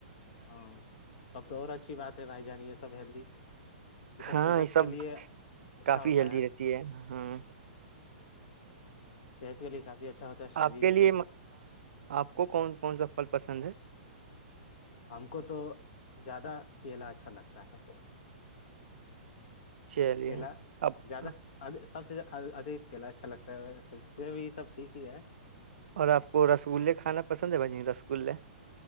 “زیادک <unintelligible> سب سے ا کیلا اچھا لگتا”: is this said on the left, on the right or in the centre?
Left